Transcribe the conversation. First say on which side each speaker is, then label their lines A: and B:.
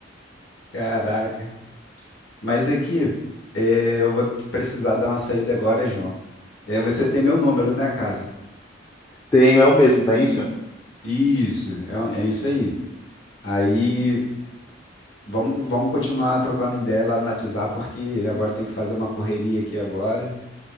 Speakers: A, on the left; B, on the left.
A: Caraca. Mas aqui, é, eu vou precisar dar uma saída agora, João. É, você tem meu número, né, cara?
B: Tenho, é o mesmo, não é isso?
A: Isso, é, é isso aí. Aí, vamos, vamos continuar trocando ideia lá no WhatsApp, porque agora tem que fazer uma correria aqui agora,